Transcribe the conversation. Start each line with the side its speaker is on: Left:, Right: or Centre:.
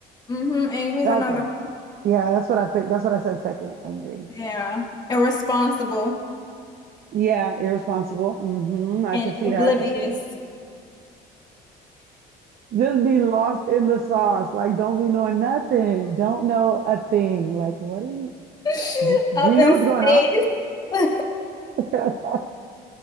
Left: hmm Angry is
Right: Okay.
Left: another one.
Right: Yeah, that's what I picked. That's what I said second, angry.
Left: Yeah. Irresponsible
Right: Yeah, irresponsible. Mm-hmm. I
Left: and
Right: could see
Left: oblivious.
Right: that. Just be lost in the sauce. Like, don't be knowing nothing. Don't know a thing. Like, what do you
Left: <laughs>
Right: do
Left: Up
Right: you know
Left: in
Right: what's
Left: space.
Right: going on?
Left: <laughs>
Right: <laughs>